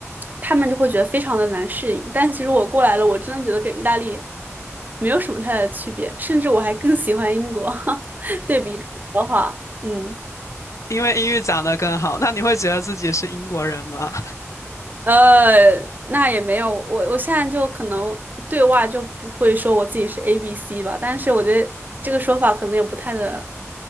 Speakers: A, on the right; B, on the left.
A: 他们就会觉得非常的难适应。但其实我过来了，我真的觉得跟意大利没有什么太大的区别，甚至我还更喜欢英国。<laughs> 对比的话，嗯，
B: 因为英语讲的更好，那你会觉得自己是英国人吗？
A: 呃，那也没有，我我现在就可能对外就会说我自己是 A B C 吧，但是我觉得这个说法可能也不太的，